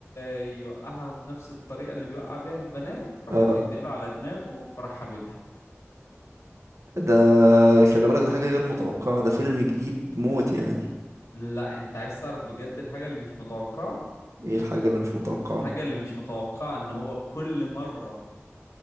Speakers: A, on the left; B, on the right.
A: يوقعها بنفس الطريقة اللي بيوقع بيها البنات راحت
B: اه
A: مديله على دماغه فراح حبيبها
B: ده خلي بالك ده حاجة غير متوقعة ده فيلم جديد موت يعني
A: لا انت عايز تعرف بجد الحاجة اللي مش متوقعة
B: ايه الحاجة اللي مش متوقعة
A: الحاجة اللي مش متوقعة ان هو كل مرة